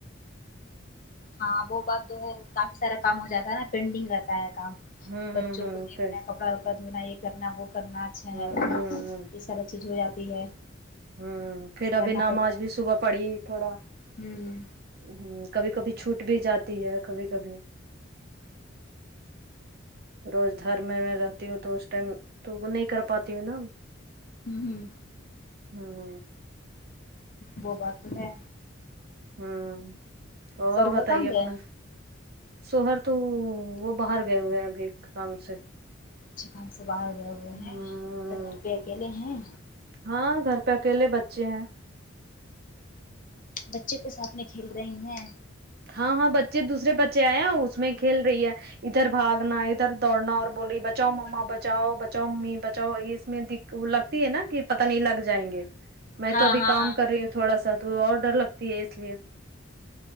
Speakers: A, on the left (about 40°); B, on the right (about 50°).
A: ہاں وہ بات تو ہے کافی سارا کام ہو جاتا ہے نا پینڈنگ رہتا ہے کام
B: ہوں ہوں
A: بچوں
B: ہوں
A: کو دیکھنا
B: پھر
A: کپڑا دھونا یہ کرنا وہ کرنا اچھا
B: ہوں
A: ہے
B: ہوں
A: یہ سارا چیز ہو جاتی ہے
B: ہوں پھر ابھی
A: کرنا
B: نماز
A: پڑتا ہے
B: بھی صبح پڑھی تھوڑا ہمم
A: ہوں
B: کبھی کبھی چھوٹ بھی جاتی ہے کبھی کبھی روز دھر میں رہتی ہوں تو اس ٹائم تو وہ نہیں کر پاتی ہوں نا
A: ہوں ہوں
B: ہاں
A: وہ بات تو ہے
B: ہوں اور
A: سو گھر
B: بتائیے
A: کہاں
B: اپنا
A: گئے
B: سوہر تو وہ باہر گئے ہوئے ہیں ابھی کام سے
A: اچھا کام سے باہر گئے ہوئے
B: ہ
A: ہیں تو گھر پہ اکیلے ہیں
B: ہاں گھر پہ اکیلے بچے ہیں
A: بچوں کے ساتھ میں کھیل رہی ہیں
B: ہاں ہاں بچے دوسرے بچے آئے ہیں اس میں کھیل رہی ہے ادھر بھاگنا ادھر دوڑنا اور بول بچاؤ مما بچاؤ بچاؤ ممی بچاؤ اس میں د وہ لگتی ہے نا کہ پت نہیں لگ جائیں گے میں
A: ہاں
B: تو ابھی
A: ہاں
B: کام کر رہی ہوں تھوڑا سا تو وہ اور ڈر لگتی ہے اس لیے